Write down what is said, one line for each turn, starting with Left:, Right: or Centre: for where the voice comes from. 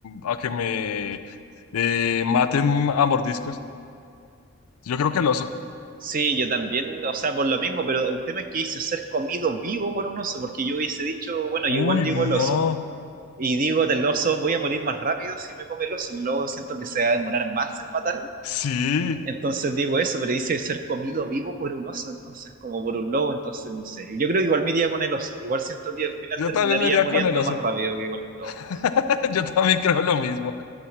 Left: a que me eh, maten a mordiscos. Yo creo que el oso.
Right: Sí, yo también, o sea, por lo mismo, pero el tema es que hice ser comido vivo por un oso, porque yo hubiese dicho, bueno, yo
Left: Uy,
Right: igual digo el oso,
Left: no.
Right: Y digo del oso, voy a morir más rápido si me come el oso. El lobo siento que se va a demorar más en matarme.
Left: Sí.
Right: Entonces digo eso, pero dice ser comido vivo por un oso, entonces como por un lobo, entonces no sé. Yo creo que igual me iría con el oso. Igual siento que al final
Left: Yo
Right: terminaría
Left: también me iría
Right: muriendo
Left: con el oso.
Right: más rápido que con el lobo.
Left: <laughs> Yo también creo lo mismo.